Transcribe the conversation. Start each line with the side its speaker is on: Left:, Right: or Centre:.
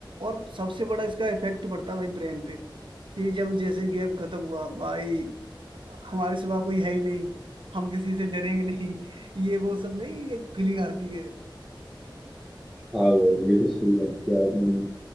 Right: और सबसे बड़ा इसका इफेक्ट पड़ता है भाई ब्रेन पे कि जब जैसे गेम खत्म हुआ भाई हमारे सिवा कोई है ही नहीं हम किसी से डरेंगे नहीं ये वो सब नहीं एक फीलिंग आती है
Centre: हाँ भाई ये तो सही बात किया आपने